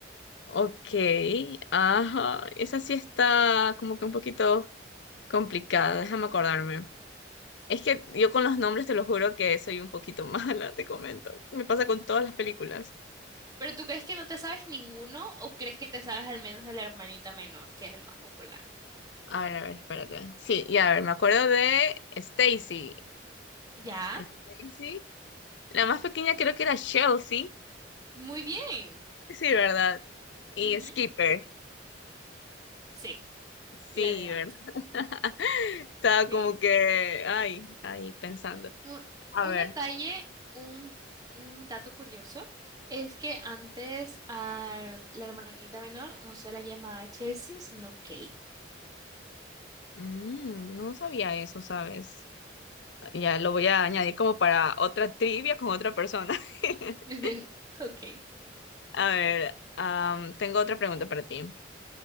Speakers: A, on the left (about 70°); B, on the right (about 20°).
A: Ok, ajá. Esa sí está como que un poquito Complicada, déjame acordarme. Es que yo con los nombres te lo juro que soy un poquito <laughs> mala, te comento. Me pasa con todas las películas.
B: ¿Pero tú crees que no te sabes ninguno o crees que te sabes al menos de la hermanita menor, que es el más popular?
A: A ver, a ver, espérate. Sí, ya, a ver, me acuerdo de Stacy.
B: Ya,
A: Stacy. La más pequeña creo que era Chelsea.
B: muy bien.
A: Sí, ¿verdad? Y
B: Ujú.
A: Skipper.
B: Sí,
A: Sí,
B: la adivinaste.
A: ¿verdad? <laughs> Estaba
B: Sí.
A: como que, ay, ahí pensando.
B: Un,
A: A
B: un
A: ver,
B: detalle, un, un dato curioso, es que antes a la hermanita menor no se la llamaba Chelsea, sino Kelly.
A: mm, no sabía eso, ¿sabes? Ya lo voy a añadir como para otra trivia con otra persona. <laughs>
B: <laughs> Ok.
A: A ver, am, tengo otra pregunta para ti.